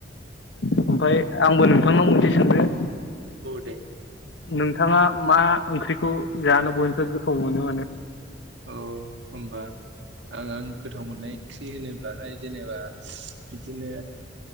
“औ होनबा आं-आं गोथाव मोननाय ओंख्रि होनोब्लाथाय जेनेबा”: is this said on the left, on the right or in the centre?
Right